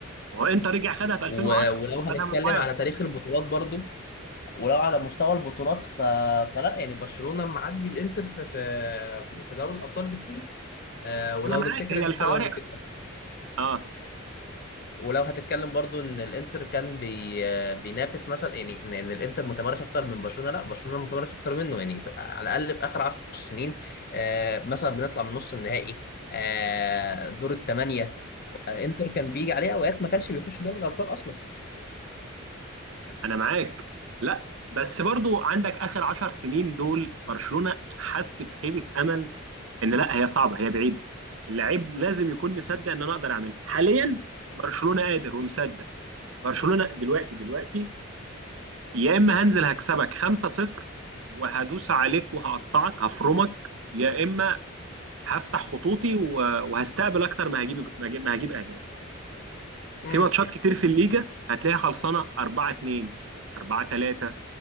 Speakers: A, on the right; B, on the left.
A: وهو انت رجع خدها في 2010
B: و- ولو هنتكلم
A: خدها من بايرن
B: على تاريخ البطولات برضو ولو على مستوى البطولات ف... فلا يعني برشلونة معدي الانتر في في, في دوري الابطال بكتير آه ولو
A: انا معاك
B: نفتكر
A: هي
B: ان
A: الفوارق
B: انت لو بت...
A: اه
B: ولو هتتكلم برضو ان الانتر كان بي... آه، بينافس مثلا يعني ان إن الانتر متمرس اكتر من برشلونة لا برشلونة متمرس اكتر منه يعني في... على الاقل في اخر 10 سنين آه مثلا بنطلع من نص النهائي آه دور الثمانية آه انتر كان بيجي عليه اوقات ما كانش بيخش دوري الابطال اصلا
A: انا معاك لا بس برضو عندك اخر عشر سنين دول برشلونة حس بخيبة امل ان لا هي صعبة هي بعيدة اللاعب لازم يكون مصدق ان انا اقدر اعملها حاليا برشلونة قادر ومصدق برشلونة دلوقتي دلوقتي يا اما هنزل هكسبك 5-0 وهدوس عليك وهقطعك هفرمك يا اما هفتح خطوطي و- وهستقبل اكتر ما هجيب ما هجيب ما هجيب اهداف
B: امم
A: في ماتشات كتير في الليجا هتلاقيها خلصانة 4-2 4-3